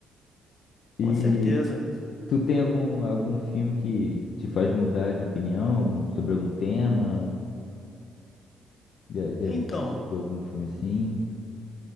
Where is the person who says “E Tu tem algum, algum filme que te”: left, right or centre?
Left